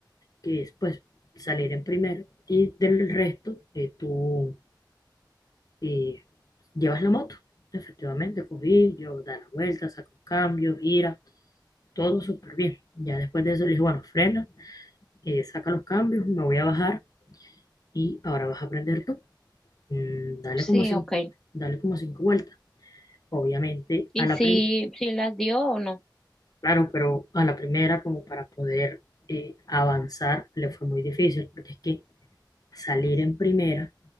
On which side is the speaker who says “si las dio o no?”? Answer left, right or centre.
Centre